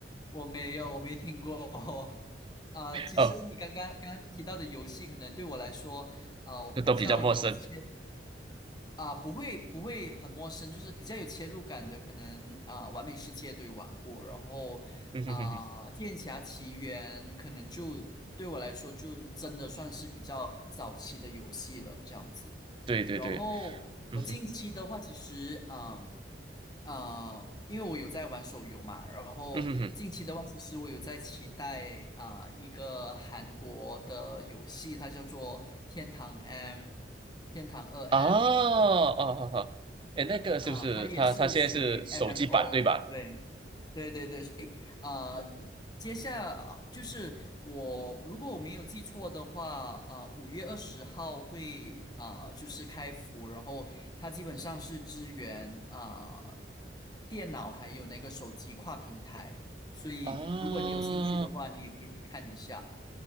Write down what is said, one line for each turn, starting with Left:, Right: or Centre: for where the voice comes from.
Left: 我没有，我没听过。<laughs> 啊，其实你刚刚刚刚提到的游戏，
Right: 哦，
Left: 可能对我来说，啊，
Right: 这都比较陌生。
Left: 比较有切啊、不会不会很陌生，就是比较有切入感的，可能啊、完美世界》都有玩过，然后啊、
Right: <laughs> 哼哼哼。
Left: 剑侠奇缘》可能就对我来说就真的算是比较早期的游戏了，这样子。
Right: 对对对，
Left: 然后我近期的话，
Right: 嗯哼，
Left: 其实嗯呃，因为我有在玩手游嘛，然后近期的话，
Right: 嗯哼哼，
Left: 其实我有在期待啊、一个韩国的游戏，它叫做《天堂 M》《天堂二 M》。
Right: 啊，哦哦哦，哎，那个是不是它？
Left: 啊，它也是属于
Right: 它现在是手机版对吧？
Left: MMO，对，对对对，诶，啊，接下啊，就是我，如果我没有记错的话，啊、呃五月二十号会啊、就是开服，然后它基本上是支援啊、电脑还有那个手机跨平台，所以如果你有兴趣的话，
Right: 啊，
Left: 你也可以去看一下。